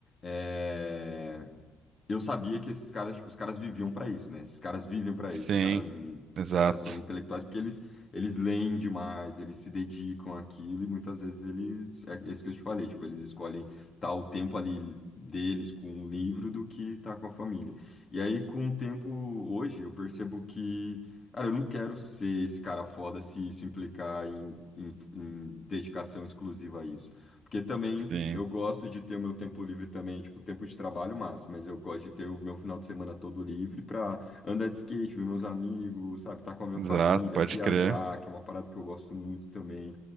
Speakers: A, on the left; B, on the right.
A: É... eu sabia que esses caras, tipo, os caras viviam pra isso, né? Esses caras vivem pra isso.
B: Sim,
A: Os caras, tipo,
B: exato.
A: os caras são intelectuais porque eles, eles leem demais, eles se dedicam àquilo e muitas vezes eles, é isso que eu te falei, tipo, eles escolhem estar o tempo ali deles com o livro do que estar com a família. E aí, com o tempo hoje, eu percebo que, cara, eu não quero ser esse cara foda se isso implicar em, em em dedicação exclusiva a isso. Porque também
B: Sim,
A: eu gosto de ter o meu tempo livre também, tipo, tempo de trabalho massa, mas eu gosto de ter o meu final de semana todo livre pra andar de skate, ver meus amigos, sabe, estar com a minha
B: exato,
A: família,
B: pode
A: viajar,
B: crer.
A: que é uma parada que eu gosto muito também.